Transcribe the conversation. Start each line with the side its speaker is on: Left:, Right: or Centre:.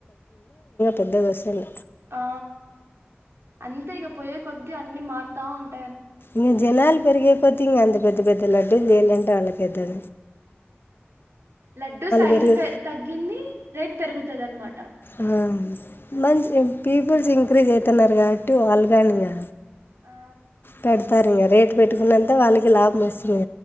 Left: పెద్ద వసలు
Right: ఆ అంతే ఇక పోొయే కొద్దీ అన్నిీ మారుతా ఉంటా
Left: ఇంకా జనాలు పెరిగే కొద్ది అంత పెద్ద పెద్ద లడ్డుూలు చేయాలంటే వాళ్ళకి అయితద
Right: లడ్డుూ సైజు
Left: పెరిగే
Right: పె తగ్గింది రేట్ పెరుగుతది అనమాట
Left: ఆ మంచి పీపుల్స్ ఇంక్రీజ్ అవుతున్నారు కాబట్టి వాళ్ళు కాని ఇగ
Right: ఆ
Left: పెడతారు ఇంకా రేటు పెట్టుకున్నంతే వాళ్ళకి లాభం వస్తుంది